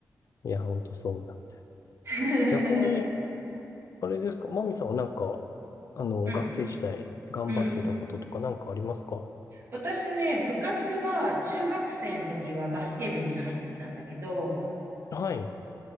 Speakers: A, on the left; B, on the right.
A: い。いや、ほんとそうなんです。
B: <laughs>
A: 逆に、あれですか、マミさんはなんか、あの、
B: うん、
A: 学生時代頑張ってたこととかなんかありますか
B: うん。私ね、部活は中学生の時はバスケ部に入ってたんだけど、
A: はい。